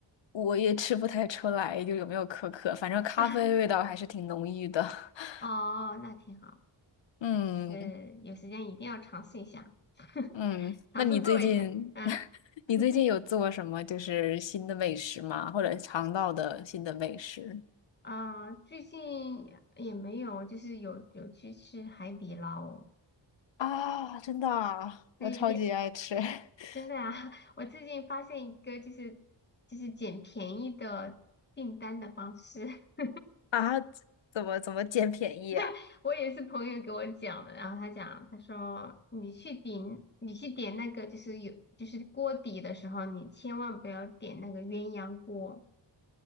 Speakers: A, on the left (about 70°); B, on the left (about 25°).
A: 我也吃不太出来，就有没有可可，反正咖啡味道还是挺浓郁的。
B: <laughs>
A: <laughs>
B: 哦，那挺好。
A: 嗯
B: 啊，其实有时间一定要尝试一下，<laughs>
A: 嗯，
B: 尝试做一下。
A: 那你最近
B: 嗯，
A: <laughs>
B: <laughs>
A: 你最近有做什么就是新的美食吗？或者尝到的新的美食？
B: 啊，最近也没有，就是有有去吃海底捞，
A: 啊，真的啊我超级爱吃
B: 对，
A: <laughs>
B: <laughs> 真的啊，<laughs> 我最近发现一个就是就是捡便宜的订单的方式。<laughs>
A: 啊！怎么怎么捡便宜啊？
B: <laughs> 我也是朋友给我讲的，然后他讲，他说你去点你去点那个就是有就是锅底的时候，你千万不要点那个鸳鸯锅。